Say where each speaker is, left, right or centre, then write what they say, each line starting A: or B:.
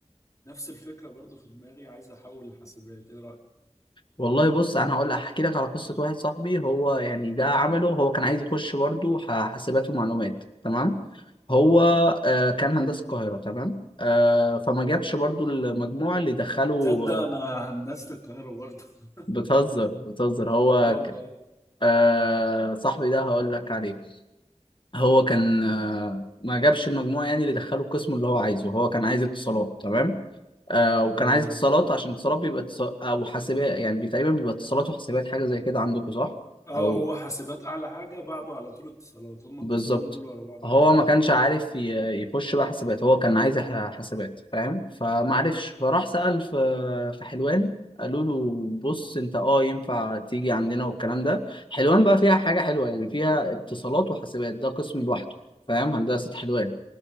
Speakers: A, on the left; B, on the left.
A: نفس الفكرة برضو في دماغي عايز أحول لحاسبات إيه رأيك؟
B: والله بص انا هقول احكي لك على قصه واحد صاحبي هو يعني ده عمله هو كان عايز يخش برضو ح- حاسبات ومعلومات تمام هو آه، كان هندسة القاهرة تمام آه، فما جابش برضو المجموع اللي دخله آه،
A: تصدق انا هندسة القاهرة برضه <laughs>
B: بتهزر بتهزر هو
A: آه والله
B: ك- آه، صاحبي ده هقول لك عليه هو كان آه، ما جابش المجموع يعني اللي دخله القسم اللي هو عايزه هو كان عايز اتصالات تمام آه، وكان
A: تمام
B: عايز اتصالات عشان اتصالات بيبقى اتصال او حاسبات يعني بي- تقريبا بيبقى اتصالات وحاسبات حاجة زي كده عندكم صح؟
A: آه
B: او
A: هو حاسبات أعلى حاجة بعده على طول اتصالات هما
B: بالظبط
A: القسمين دول ورا بعض
B: هو
A: على طول
B: ما كانش عارف ي- يخش بقى حاسبات هو كان عايز ح- حاسبات فاهم فما عرفش فراح سأل في في حلوان قالوا له بص انت اه ينفع تيجي عندنا والكلام ده حلوان بقى فيها حاجة حلوة يعني فيها اتصالات وحاسبات ده قسم لوحده فاهم هندسة حلوان